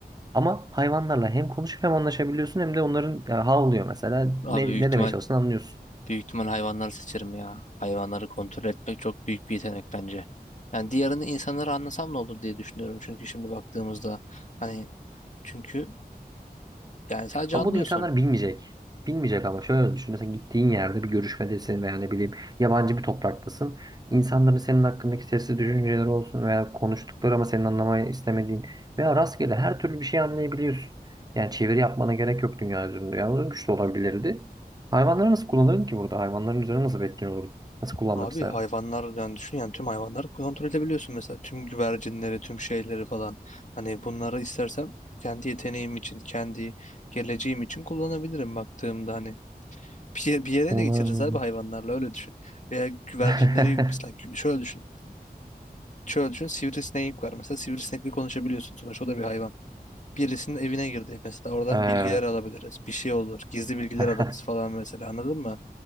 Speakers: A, on the right; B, on the left.
A: Ama hayvanlarla hem konuşup hem anlaşabiliyorsun hem de onların ya, havlıyor mesela
B: Abi
A: ne,
B: büyük
A: ne
B: ihtimal
A: demeye çalıştığını anlıyorsun.
B: büyük ihtimal hayvanları seçerim ya. Hayvanları kontrol etmek çok büyük bir yetenek bence. Yani diğerini insanları anlasam ne olur diye düşünüyorum çünkü şimdi baktığımızda hani çünkü yani sadece
A: Ama
B: anlıyorsun.
A: bunu insanlar bilmeyecek. Bilmeyecek ama şöyle düşün. Mesela gittiğin yerde bir görüşmedesin veya ne bileyim yabancı bir topraktasın. İnsanların senin hakkındaki sesli düşünceleri olsun veya konuştukları ama senin anlamayı istemediğin veya rastgele her türlü bir şey anlayabiliyorsun. Yani çeviri yapmana gerek yok dünya üzerinde. Yani o güç de olabilirdi. Hayvanları nasıl kullanırdın ki burada? Hayvanların üzerine nasıl bir etkin olurdu? Nasıl kullanmak
B: Abi
A: isterdin?
B: hayvanlar yani düşün yani tüm hayvanları kontrol edebiliyorsun mesela tüm güvercinleri tüm şeyleri falan hani bunları istersem kendi yeteneğim için kendi geleceğim için kullanabilirim baktığımda hani bir, ye- bir yere
A: Olabilir.
B: de geçiririz abi hayvanlarla öyle düşün veya güvercinleri
A: <laughs>
B: mesela gü- şöyle düşün şöyle düşün sivrisinek var mesela sivrisinekle konuşabiliyorsun sonuçta o da bir hayvan birisinin evine girdi mesela oradan
A: Evet.
B: bilgiler alabiliriz bir şey olur gizli bilgiler
A: <laughs>
B: alırız falan mesela anladın mı